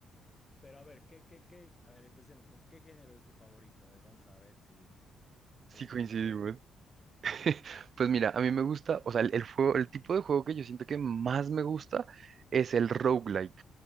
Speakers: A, on the left; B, on the right.
A: pero a ver, ¿qué, qué, qué? A ver, empecemos con ¿qué género es tu favorito? A ver, vamos a ver si, o,
B: sí
A: o
B: coincidimos.
A: qué,
B: <laughs> Pues mira, a mí me gusta, o sea, el, el juego, el tipo de juego que yo siento que más me gusta es el roguelike.